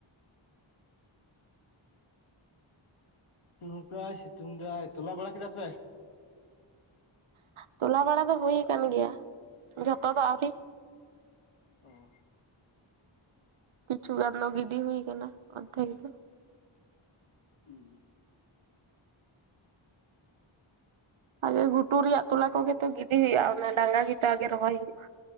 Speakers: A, on the left (about 80°); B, on the right (about 75°).
A: ᱱᱚᱝᱠᱟᱭ ᱥᱤᱛᱩᱝ ᱫᱟᱭ, ᱛᱚᱞᱟ ᱵᱟᱲᱟ ᱠᱮᱫᱟ ᱯᱮ?
B: ᱛᱚᱞᱟ ᱵᱟᱲᱟ ᱫᱚ ᱦᱩᱭ ᱟᱠᱟᱱ ᱜᱮᱭᱟ, ᱡᱷᱚᱛᱚ ᱫᱚ
A: ᱚ
B: ᱟᱹᱣᱨᱤ᱾
A: ᱚ
B: ᱠᱤᱪᱷᱩ ᱜᱟᱱ ᱫᱚ ᱜᱤᱰᱤ ᱦᱩᱭ ᱟᱠᱟᱱᱟ ᱚᱫᱷᱮᱠ ᱫᱚ᱾
A: ᱦᱩᱸ᱾
B: ᱟᱜᱮ ᱜᱷᱩᱴᱩ ᱨᱮᱭᱟᱜ ᱛᱚᱞᱟ ᱠᱚᱜᱮ ᱛᱚ ᱜᱤᱰᱤ ᱦᱩᱭᱩᱜᱼᱟ᱾ ᱚᱱᱟ ᱰᱟᱸᱜᱟ ᱜᱮᱛᱚ ᱟᱜᱮ ᱨᱚᱦᱚᱭ ᱦᱩᱭᱩᱜᱼᱟ᱾